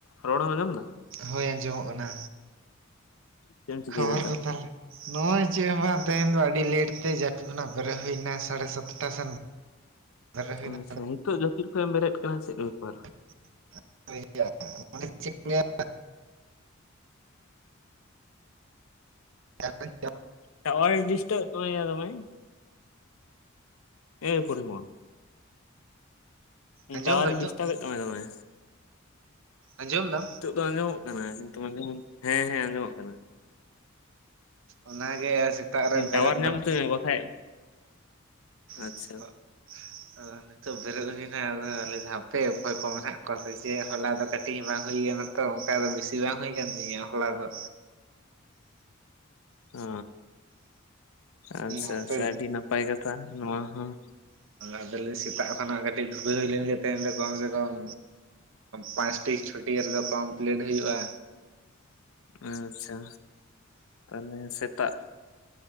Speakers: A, on the left (about 85°); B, on the right (about 65°).
A: ᱨᱚᱲ ᱮᱢ ᱟᱸᱡᱚᱢ ᱫᱟ᱾
B: ᱦᱳᱭ ᱟᱸᱡᱚᱢᱚᱜ ᱠᱟᱱᱟ᱾
A: ᱪᱮᱫ ᱮᱢ ᱪᱤᱠᱟᱹᱭᱮᱫᱟ
B: ᱠᱷᱚᱵᱚᱨ ᱠᱚ ᱛᱟᱦᱚᱞᱮ ᱱᱚᱜᱼᱚᱭ ᱪᱮᱫ ᱦᱚᱸ ᱵᱟᱝ ᱛᱮᱦᱮᱧ ᱫᱚ ᱟᱹᱰᱤ ᱞᱮᱴ ᱛᱮ ᱡᱟᱹᱯᱤᱫ ᱠᱷᱚᱱᱟᱜ ᱵᱮᱨᱮᱫ ᱦᱳᱭ ᱱᱟ ᱾ ᱥᱟᱲᱮ ᱥᱟᱛᱴᱟ ᱥᱮᱱ ᱵᱮᱨᱮᱫ ᱦᱩᱭᱱᱟ
A: ᱟᱪᱪᱷᱟ, ᱦᱤᱛᱚᱜ ᱡᱟᱹᱯᱤᱫ ᱠᱷᱚᱡ ᱮᱢ ᱵᱮᱨᱮᱫ ᱠᱟᱱᱟ ᱪᱮᱫ ᱵᱮᱯᱟᱨ?
B: ᱪ <unintelligible> ᱦ <unintelligible>
A: ᱴᱟᱣᱟᱨ ᱮ ᱰᱤᱥᱴᱟᱯ ᱮᱫ ᱛᱟᱢᱟᱭᱟ ᱫᱚᱢᱮ᱾ ᱮ ᱯᱚᱨᱤᱢᱚᱞ᱾
B: ᱟᱸᱡᱚᱢ
A: ᱴᱟᱣᱟᱨ
B: ᱫᱟ ᱱᱤᱛᱚᱜ
A: ᱮ ᱰᱤᱥᱴᱟᱵᱮᱫ ᱛᱟᱢᱟᱭ ᱫᱚᱢᱮ
B: ᱟᱸᱡᱚᱢ ᱫᱟ
A: ᱱᱤᱛᱚᱜ ᱫᱚ ᱟᱸᱡᱚᱢᱚᱜ ᱠᱟᱱᱟ ᱠᱤᱱᱛᱩ ᱢᱟᱡᱷᱮ ᱦᱮᱸ ᱦᱮᱸ ᱟᱸᱡᱚᱢᱚᱜ ᱠᱟᱱᱟ
B: ᱚᱱᱟᱜᱮ ᱥᱮᱛᱟᱜ ᱨᱮ ᱵᱮᱨᱮᱫ
A: ᱴᱟᱣᱟᱨ ᱧᱟᱢ
B: ᱵᱟᱝ
A: ᱦᱚᱪᱚᱭ ᱢᱮ ᱵᱟᱠᱷᱟᱡ ᱟᱪᱪᱷᱟ
B: <unintelligible> ᱱᱤᱛᱚᱜ ᱵᱮᱨᱮᱫ ᱦᱩᱭᱮᱱᱟ ᱟᱫᱚ ᱞᱮᱫᱟ ᱦᱟᱯᱮ ᱚᱠᱚᱭ ᱠᱚ ᱢᱮᱱᱟᱜ ᱠᱚᱣᱟ ᱥᱮ ᱪᱮᱫ ᱦᱚᱞᱟ ᱫᱚ ᱠᱟᱹᱴᱤᱡ ᱦᱚᱸ ᱵᱟᱝ ᱦᱩᱭᱠᱟᱱᱟ ᱛᱚ ᱚᱝᱠᱟ ᱫᱚ ᱵᱤᱥᱤ ᱵᱟᱝ ᱦᱩᱭ ᱟᱠᱟᱱ ᱛᱤᱧᱟᱹ ᱦᱚᱞᱟ ᱫᱚ
A: ᱚ ᱟᱪᱪᱷᱟ
B: ᱦᱟᱯᱮ
A: ᱟᱪᱪᱷᱟ ᱟᱹᱰᱤ ᱱᱟᱯᱟᱭ ᱠᱟᱛᱷᱟ ᱱᱚᱣᱟ ᱦᱚᱸ
B: ᱟᱫᱚᱞᱤ ᱥᱮᱛᱟᱜ ᱠᱷᱚᱱᱟᱜ ᱠᱟᱹᱴᱤᱡ ᱫᱷᱩᱨᱟᱹ ᱦᱩᱭ ᱞᱮᱱ ᱜᱮ ᱛᱮᱦᱮᱧᱸ ᱫᱚ ᱠᱚᱢ ᱥᱮ ᱠᱚᱢ ᱯᱟᱸᱪᱴᱤ ᱪᱷᱩᱴᱤ ᱦᱟᱨᱤ ᱫᱚ ᱠᱚᱢᱯᱞᱤᱴ ᱦᱩᱭᱩᱜ-ᱟ
A: ᱟᱪᱪᱷᱟ ᱛᱟᱞᱦᱮ ᱥᱮᱛᱟᱜ